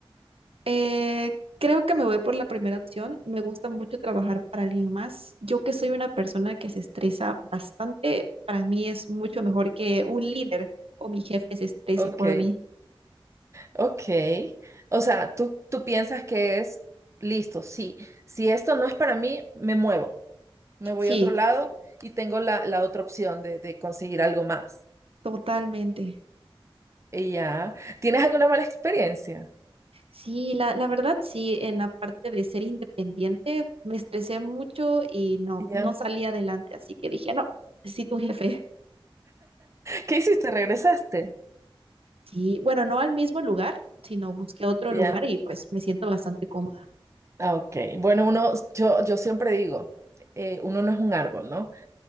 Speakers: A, on the right; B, on the right.
A: Eh, creo que me voy por la primera opción. Me gusta mucho trabajar para alguien más. Yo que soy una persona que se estresa bastante, para mí es mucho mejor que un líder o mi jefe se estrese
B: Ok.
A: por mí.
B: Ok, o sea, tú, tú piensas que es listo, sí, si esto no es para mí, me muevo, me voy
A: Sí,
B: a otro lado y tengo la, la otra opción de, de conseguir algo más.
A: totalmente.
B: Y ya, ¿tienes alguna mala experiencia?
A: Sí, la, la verdad sí, en la parte de ser independiente me estresé mucho y no,
B: Ya,
A: no salí adelante, así que dije, no, sí, tu jefe.
B: ¿qué hiciste? ¿Regresaste?
A: Sí, bueno, no al mismo lugar, sino busqué otro
B: Ya,
A: lugar y pues me siento bastante cómoda.
B: ah, ok. Bueno, uno, yo, yo siempre digo, eh, uno no es un árbol, ¿no?